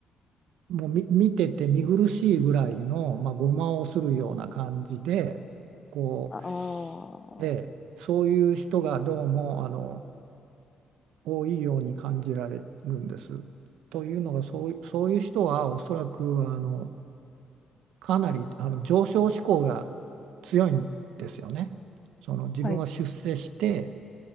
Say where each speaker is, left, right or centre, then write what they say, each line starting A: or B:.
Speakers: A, on the right; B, on the left.
A: う、もうみ見てて見苦しいぐらいの、まあ、ごまをするような感じでこ
B: ああー、
A: う、ええ、そういう人がどうもあの多いように感じられるんです。というのがそうい、そういう人はおそらくあのかなりあの上昇志向が強いんですよね。その自分は出世して
B: はい、